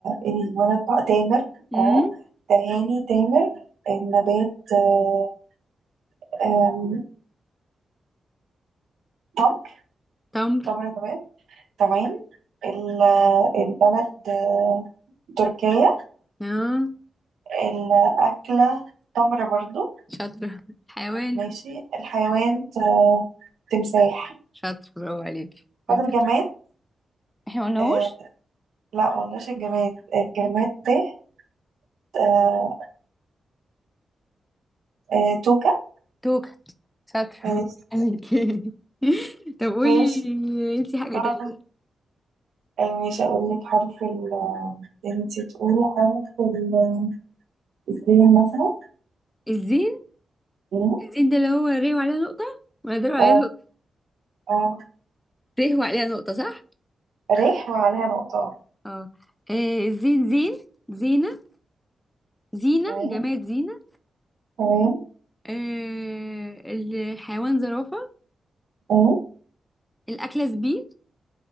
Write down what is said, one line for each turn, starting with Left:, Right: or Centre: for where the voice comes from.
Right: الولد بقى تامر
Centre: امم
Right: اه تهاني تامر النبات آه، آم، تمر
Centre: تمر
Right: تمر نبات تمام ال- البلد آه، تركيا
Centre: اه
Right: الأكلة تمر برضو
Centre: شاطرة حيوان
Right: ماشي الحيوان ت- تمساح
Centre: شاطر برافو عليكي كنت-
Right: فاضل جماد
Centre: احنا قلناهوش
Right: آه لا قلناش الجماد الجماد تحت آه آه توكة
Centre: توكة شاطرة
Right: ماشي
Centre: برافو عليكي <laughs> طب قولي
Right: ماشي
Centre: انتي حاجة
Right: آه،
Centre: تانية
Right: آه، ماشي أقول لك حرف ال انتي تقولي حرف ال- الزين مثلا
Centre: الزين
Right: مم.
Centre: الزين ده اللي هو ري وعليها نقطة ولا ده اللي عليها
Right: اه اه
Centre: ت وعليها نقطة صح؟
Right: ريح وعليها نقطة
Centre: اه آه، زين زين زينة زينة
Right: تمام
Centre: جماد زينة
Right: تمام
Centre: آه، الحيوان زرافة
Right: مم.
Centre: الأكلة زبيب